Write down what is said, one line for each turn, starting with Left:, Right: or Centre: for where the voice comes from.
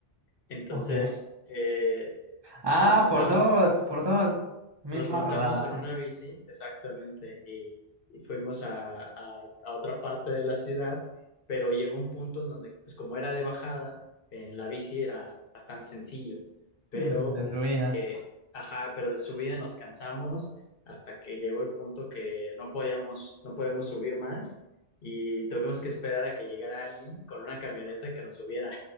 Left: Entonces,
Right: Ok.
Left: eh,
Right: Ah,
Left: nos montamos,
Right: por dos, por dos. Misma
Left: Nos montamos
Right: rodada
Left: en una bici, exactamente, y, y fuimos a, a- a otra parte de la ciudad, pero llegó un punto en donde, pues como era de bajada, en la bici era bastante sencillo,
Right: <laughs>
Left: pero,
Right: mm, de su vida.
Left: eh, ajá, pero de subida nos cansamos hasta que llegó el punto que no podíamos, no podemos subir más y tuvimos que esperar a que llegara alguien con una camioneta que nos subiera.